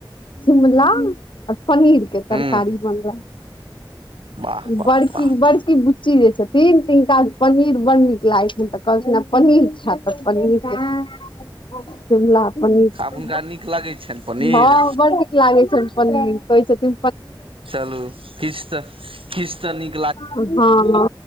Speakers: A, on the left (about 65°); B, on the right (about 85°).
A: शिमला और पनीर के तरकारी
B: हूं
A: बनल
B: वाह वाह
A: बड़की
B: वाह
A: बड़की बुच्ची जे छथि तीन तिनका पनीर बड़ नीक लागैत छै तऽ कहलखन पनीर खैब तऽ पनीर शिमला पनीर
B: वाह आब हुनका नीक लागै छनि पनीर
A: भाव बड़ निक लागे छै पनीर कहै छथि
B: चलू किस त किस त निक
A: हँ हँ